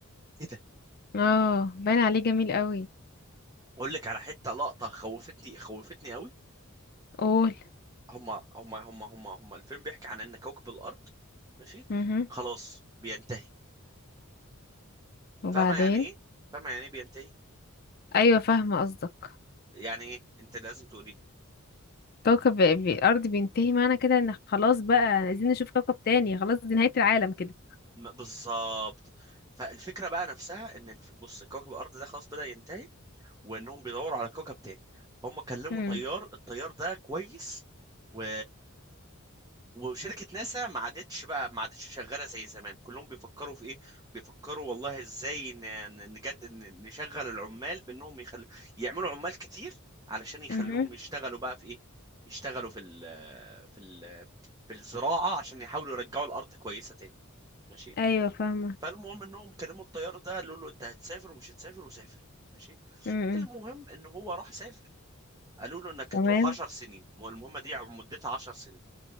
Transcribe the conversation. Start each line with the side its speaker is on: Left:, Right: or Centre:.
Right: ايه ده
Left: اه باين عليه جميل قوي
Right: اقول لك على حته لقطه خوفتني خوفتني قوي
Left: قول
Right: هما هما هما هما هما الفيلم بيحكي عن ان كوكب الارض ماشي
Left: امم
Right: خلاص بينتهي
Left: وبعدين
Right: فاهمه يعني ايه فاهمه يعني ايه بينتهي
Left: ايوه فاهمه قصدك
Right: يعني ايه انت لازم تقولي
Left: كوكب ب- الارض بينتهي معنى كده ان خلاص بقى عايزين نشوف كوكب تاني خلاص دي نهايه العالم كده
Right: م- بالظبط فالفكره بقى نفسها ان الف... بص كوكب الارض ده خلاص بدأ ينتهي وانهم بيدوروا على كوكب تاني فهم كلموا
Left: امم
Right: طيار الطيار ده كويس و وشركة ناسا ما عادتش بقى ما عادتش شغالة زي زمان كلهم بيفكروا في ايه بيفكروا والله ازاي ن- ن- نجد ن- نشغل العمال بانهم يخلوا يعملوا عمال كتير علشان يخلوهم
Left: امم
Right: يشتغلوا بقى في ايه يشتغلوا في ال في ال في الزراعة عشان يحاولوا يرجعوا الأرض كويسة تاني ماشي
Left: ايوه فاهمه
Right: فالمهم انهم كلموا الطيار ده قالوا له انت هتسافر ومش هتسافر وسافر ماشي
Left: امم
Right: المهم ان هو راح سافر قالوا له انك
Left: تمام
Right: هتروح 10 سنين المهمة دي مدتها 10 سنين